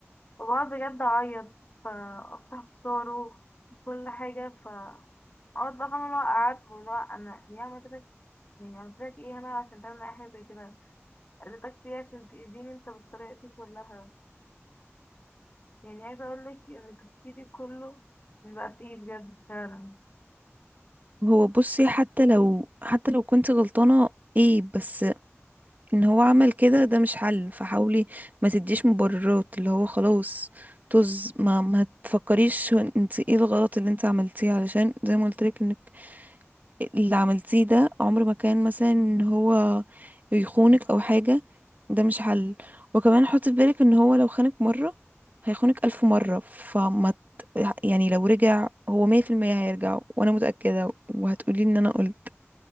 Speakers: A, on the left; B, on the right.
A: وبقعد بجد اعيط فافتح في صوره كل حاجه اقعد بقى فاهمة اللي هو قعدت واللي هو انا ليه عملتك يعني عملتك ايه انا عشان تعمل معايا حاجة زي كده قلتك فيها عشان تأذيني انت بالطريقة دي كلها يعني عايزة اقولك ان تفكيري كله من بقى فيه بجد فعلا
B: هو بصي حتى لو حتى لو كنت غلطانة ايه بس ان هو عمل كده ده مش حل فحاولي ما تديش مبررات اللي هو خلاص طز ما ما تفكريش هو انت ايه الغلط اللي انت عملتيه علشان زي ما قلت لك انك اللي عملتيه ده عمر ما كان مثلا ان هو يخونك او حاجة ده مش حل وكمان حطي في بالك ان هو لو خانك مرة هيخونك ألف مرة فما ت- يعني لو رجع هو مية في المية هيرجع وانا متأكدة وهتقولي ان انا قلت